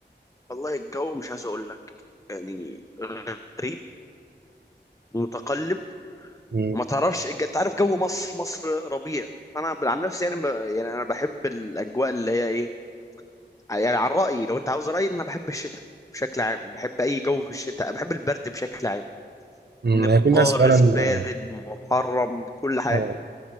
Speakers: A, on the left (about 15°); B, on the right (about 60°).
A: والله الجو مش عايز اقول لك يعني غريب ومتقلب
B: مم.
A: وما تعرفش انت عارف جو مصر مصر ربيع انا عن نفسي يعني ب... يعني انا بحب الاجواء اللي هي ايه يعني عن رأيي لو انت عاوز رأيي انا بحب الشتاء بشكل عام بحب اي جو في الشتاء بحب البرد بشكل عام
B: مم.
A: من القارس
B: هي في ناس فعلا
A: بارد
B: اه
A: محرم كل حاجة
B: آه،